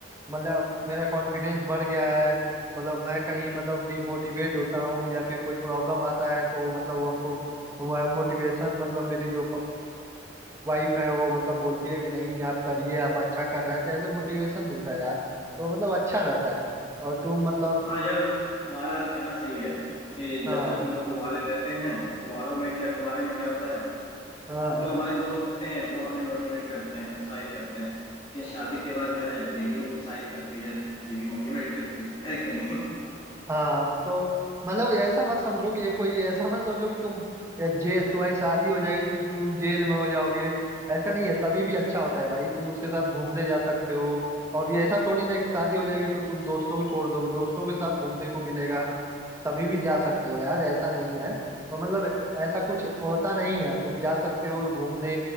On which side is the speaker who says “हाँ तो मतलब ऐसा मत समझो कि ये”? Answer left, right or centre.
Right